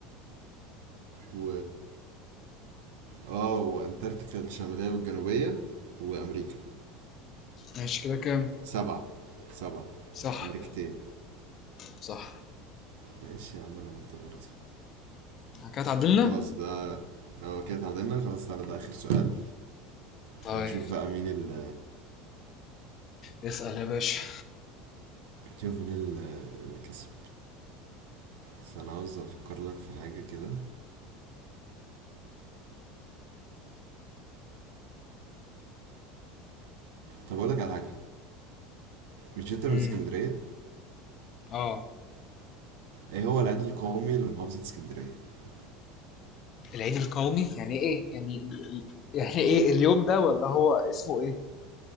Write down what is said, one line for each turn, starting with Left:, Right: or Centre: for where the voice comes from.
Right: و اه وانتاركتيكا الشمالية والجنوبية وامريكا
Left: ماشي كده كام
Right: سبعة سبعة
Left: صح
Right: امريكتين
Left: صح
Right: ماشي يا عم انا قلت برضه
Left: كده اتعدلنا
Right: طب خلاص ده هو كده اتعادلنا خلاص تعالى ده اخر سؤال
Left: طيب
Right: ونشوف بقى مين ال
Left: اسأل يا باشا
Right: نشوف مين ال- اللي كسب بس انا عاوز افكر لك في حاجه كده طب اقول لك على حاجه مش انت من
Left: امم
Right: اسكندريه
Left: اه
Right: ايه هو العيد القومي لمحافظه اسكندريه <laughs>
Left: العيد القومي يعني ايه يعني يعني ايه اليوم ده ولا هو اسمه ايه